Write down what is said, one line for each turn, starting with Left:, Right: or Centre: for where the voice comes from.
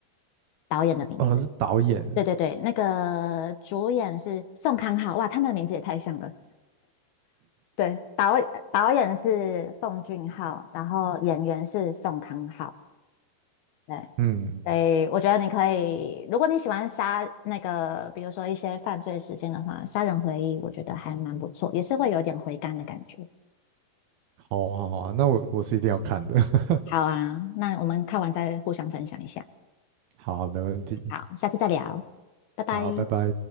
Left: 导演的名字。
Right: 哦是导演。
Left: 对对对，那个主演是宋康昊，哇，他们的名字也太像了。对，导导演是奉俊昊，然后演员是宋康昊。对，
Right: 嗯，
Left: 对，我觉得你可以，如果你喜欢杀那个，比如说一些犯罪事件的话，《杀人回忆》我觉得还蛮不错，也是会有点回甘的感觉。
Right: 好啊好啊，那我我是一定要看的。<laughs>
Left: 好啊，那我们看完再互相分享一下。
Right: 好啊，没问题。
Left: 好，下次再聊，拜拜。
Right: 好，拜拜。